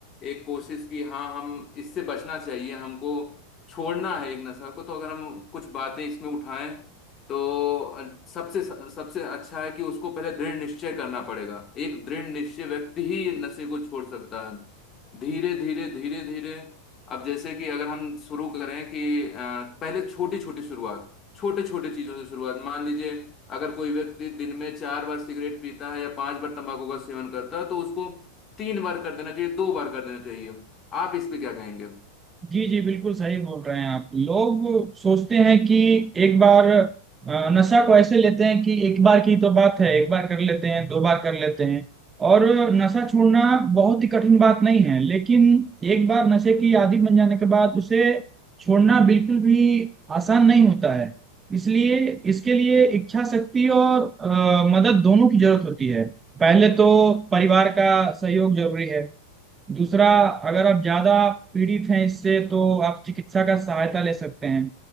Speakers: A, on the left; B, on the right.
A: एक कोशिश कि हाँ हम इससे बचना चाहिए हमको छोड़ना है एक नशा को तो अगर हम कुछ बातें इसमें उठाएं तो सबसे सबसे अच्छा है कि उसको पहले दृढ़ निश्चय करना पड़ेगा एक दृढ़ निश्चय व्यक्ति ही नशे को छोड़ सकता है धीरे धीरे धीरे धीरे अब जैसे कि अगर हम शुरू करें कि अ, पहले छोटी छोटी शुरुआत छोटे छोटे चीजों से शुरुआत मान लीजिए अगर कोई व्यक्ति दिन में चार बार सिगरेट पीता है या पांच बार तंबाकू का सेवन करता है तो उसको तीन बार कर देना चाहिए दो बार कर देना चाहिए आप इस पे क्या कहेंगे
B: जी जी बिल्कुल सही बोल रहे हैं आप लोग सोचते हैं कि एक बार अ, नशा को ऐसे लेते हैं कि एक बार की तो बात है एक बार कर लेते हैं दो बार कर लेते हैं और नशा छोड़ना बहुत ही कठिन बात नहीं है लेकिन एक बार नशे की आदि बन जाने के बाद उसे छोड़ना बिल्कुल भी आसान नहीं होता है इसलिए इसके लिए इच्छा शक्ति और अ, मदद दोनों की जरूरत होती है पहले तो परिवार का सहयोग जरूरी है दूसरा अगर आप ज्यादा पीड़ित हैं इससे तो आप चिकित्सा का सहायता ले सकते हैं